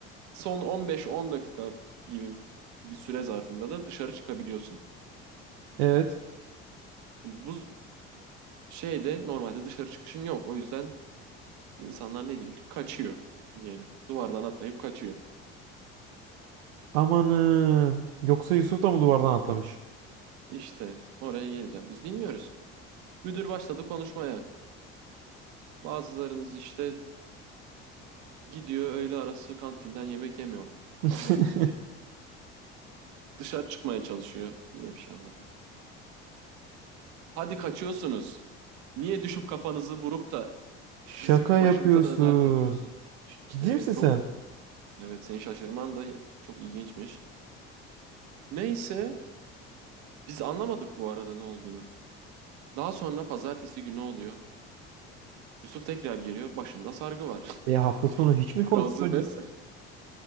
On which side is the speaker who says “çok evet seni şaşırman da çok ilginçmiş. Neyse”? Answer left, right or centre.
Right